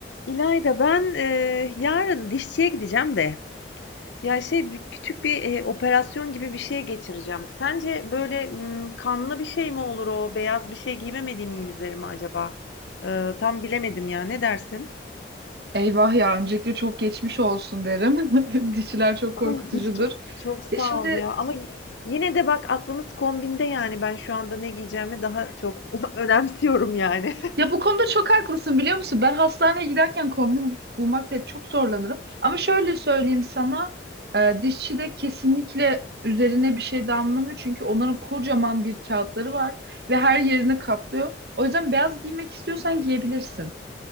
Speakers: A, on the left; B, on the right.
A: İlayda, ben, eee, yarın dişçiye gideceğim de ya şey bir- küçük bir eee, operasyon gibi bir şey geçireceğim. Sence böyle m, kanlı bir şey mi olur o? Beyaz bir şey giymemediğim iyi mi üzerime acaba? Eee, tam bilemedim ya. Ne dersin?
B: Eyvah ya öncelikle çok geçmiş olsun derim. <laughs> Dişiler çok
A: Ay
B: korkutucudur.
A: çok çok sağ
B: Ya şimdi
A: ol ya. Ama y- yine de bak aklımız kombinde yani ben şu anda ne giyeceğimi daha çok <laughs> önemsiyorum yani.
B: ya bu konuda çok haklısın biliyor musun? Ben hastaneye giderken kombin bulmakta hep çok zorlanırım. Ama şöyle söyleyeyim sana e, dişçi de kesinlikle üzerine bir şey damlamıyor. Çünkü onların kocaman bir kağıtları var ve her yerini kaplıyor. O yüzden beyaz giymek istiyorsan giyebilirsin.